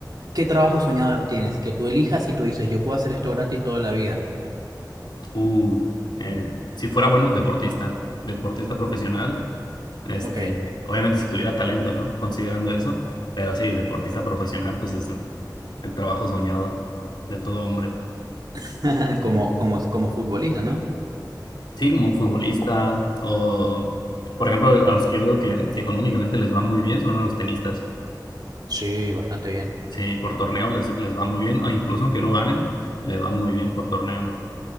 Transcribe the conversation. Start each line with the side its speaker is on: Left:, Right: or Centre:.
Right: ¿qué trabajo soñado tienes? Que tú elijas y tú dices, yo puedo hacer esto gratis toda la vida.
Left: Uh, eh, si fuera bueno, deportista, deportista profesional, este,
Right: Ok,
Left: obviamente si tuviera talento, ¿no? Considerando eso, pero sí, deportista profesional, pues es el el trabajo soñado de todo hombre.
Right: <laughs> como, como, como futbolista, ¿no?
Left: Sí, como futbolista o, por ejemplo, a los que yo veo que, que económicamente les va muy bien son a los tenistas.
Right: Sí, bastante bien.
Left: Sí, por torneo les, les va muy bien, o incluso aunque no ganen, les va muy bien por torneo.